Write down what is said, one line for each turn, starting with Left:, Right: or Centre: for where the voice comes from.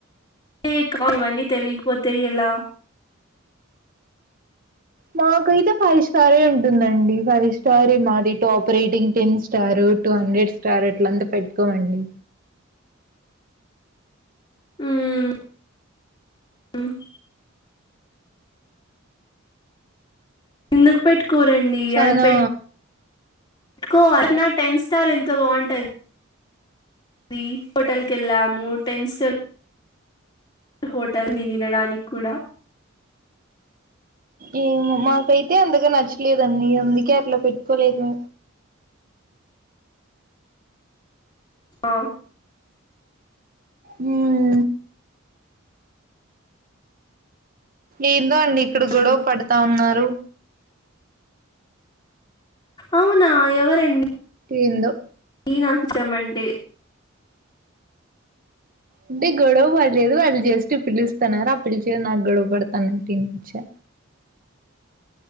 Left: ఇక ఇవన్నీ తెలికపోతే ఎలా
Right: మాకైతే ఫైవ్ స్టారే ఉంటుందండి ఫైవ్ స్టారే మాది top rating ten star two hundred star అట్లంతా పెట్టుకోమండి
Left: ఉమ్మ్ ఎందుకు పెట్టుకోరండి
Right: చానా
Left: అది పె ట్టుకో అయినా టెన్ స్టార్ ఎంత బాగుంట ది హోటల్‌కి ఎళ్ళాము టెన్ స్టార్ హోటల్‌ ని వినడానికి కూడా
Right: ఏమో మాకైతే అంతగా నచ్చలేదండి అందుకే అట్లా పెట్టుకోలేదు
Left: ఆ
Right: ఉమ్ ఏందో అండి ఇక్కడ
Left: అది
Right: గొడవ పడతా ఉన్నారు
Left: అవునా ఎవరం
Right: ఏందో
Left: డి నాకు చెమండి
Right: అంటే గొడవ పడ్లేదు వాళ్ళు జస్ట్ పిలుస్తున్నారు ఆ పిలిచేది నాకు గొడవ పడుతన్నట్టు ఈనిపిచ్చా